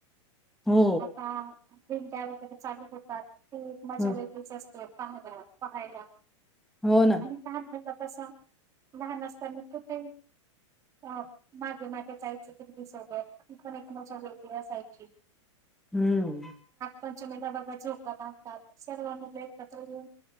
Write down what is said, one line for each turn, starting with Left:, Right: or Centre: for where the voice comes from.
Centre: हो
Right: आता <unintelligible> वगैरे चालू होतात ती मजा
Centre: हो
Right: वेगळीच असते. पहा पहा पहायला
Centre: हो ना
Right: आणि काय म्हटलं तस लहान असताना तु ते अ मागे मागे जायची ती सोबत ती पण एक मोज्या वेगळी असायची.
Centre: हम्म.
Right: पंचमीला बघा झोका बांधतात सर्व मुलं एकत्र येऊन.